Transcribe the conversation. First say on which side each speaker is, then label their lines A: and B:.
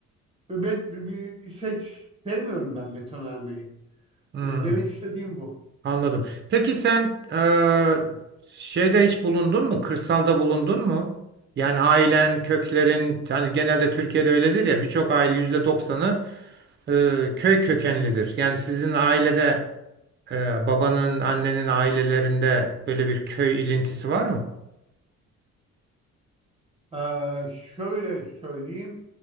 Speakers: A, on the right (about 20°); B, on the right (about 35°).
A: Ve be, bir seç sevmiyorum ben betonarmeyi.
B: Hmm,
A: E, demek istediğim bu.
B: anladım. Peki sen eee, şeyde hiç bulundun mu? Kırsalda bulundun mu? Yani ailen, köklerin, yani genelde Türkiye'de öyledir ya birçok aile yüzde doksanı eee, köy kökenlidir. Yani sizin ailede eee, babanın, annenin ailelerinde böyle bir köy ilintisi var mı?
A: Ee, şöyle söyleyeyim.